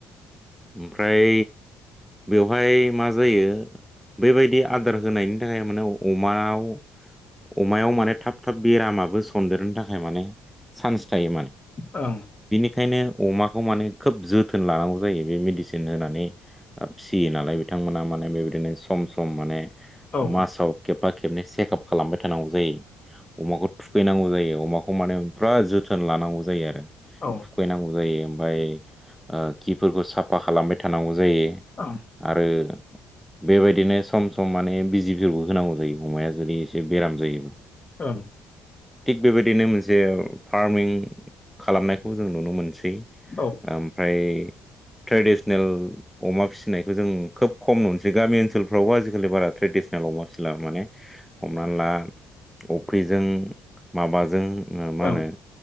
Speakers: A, in the centre; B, on the left.
A: ओमफ्राय बेवहाय मा जायो बैबायदि आदार होनायनि थाखाय माने अमायाव अमायाव माने थाब थाब बेरामाबो सन्देरनो थाखाय माने चान्स थायो माने।
B: औ
A: बेंखायनो अमाखौ माने खोब जोथोन लानांगौ जायो बे मेदिसिन मसिन होनानै फिसियो नालाय बिथांमोना माने बेबायदिनो सम सम माने।
B: ओं
A: मासाव खेबबा खेबनै चेकआप खालामबाय थानांगौ जायो अमाखौ थुखैनांगौ जायो। अमाखौ माने फुराद जोथोन लानांगौ जायो आरो
B: औ ओं
A: थुखैनांगौ जायो ओमफ्राय। खिफोरखौ साफा खालामबाय थानांगौ जायो
B: औ
A: आरो। बेबायदिनो सम सम माने बिजिफोरखौ होनांगौ जायो अमाया जुदि एसे बेराम जायोबा
B: औ
A: थिग बेबायदिनो मोनसे फार्मिं खालामनायखौ जों नुनो मोनसै।
B: ओं औ
A: ओमफ्राय ट्रेडिसनेल अमा फिसिनायखौ जों खोब खम नुनोसै गामि ओनसोलफ्रावबो आजिखालि बारा ट्रेडिसनेल। दमा सिला माने हमना ला अफ्रिजों माबाजों। मानो
B: ओं